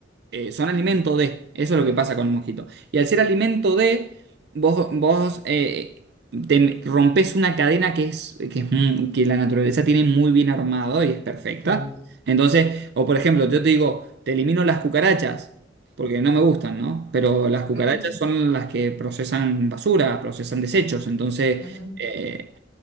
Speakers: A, on the right (about 60°); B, on the right (about 80°).
A: eh, son alimento
B: ujú.
A: de. Eso es
B: Sí,
A: lo que pasa con el mosquito. Y al ser alimento de, vos, vos eh, te rompes una cadena que es, que es mu- que la naturaleza tiene muy bien armado y es perfecta.
B: sí.
A: Entonces, o por ejemplo, yo te digo, te elimino las cucarachas, porque no me gustan, ¿no? Pero las cucarachas
B: Ujú,
A: son las que procesan basura, procesan desechos. Entonces,
B: ujú.
A: eh,